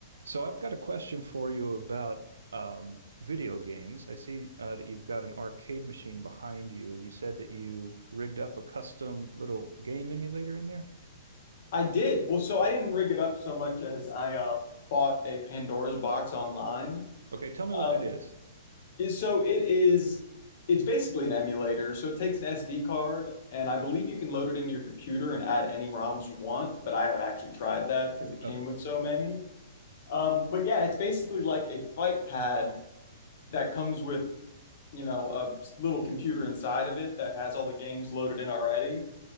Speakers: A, on the right; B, on the left.
A: So I've got a question for you about um, video games. I see uh, that you've got an arcade machine behind you, and you said that you rigged up a custom little game emulator in there.
B: I did. Well, so I didn't rig it up so much as I um, bought a Pandora's box online.
A: Okay, tell me what
B: Um,
A: that is.
B: is- so it is, it's basically an emulator. So it takes an SD card, and I believe you can load it in your computer and add any ROMs you want, but I haven't actually tried that because it came
A: Okay,
B: with so many. Um, but yeah, it's basically like a fight pad that comes with, you know, a little computer inside of it that has all the games loaded in already.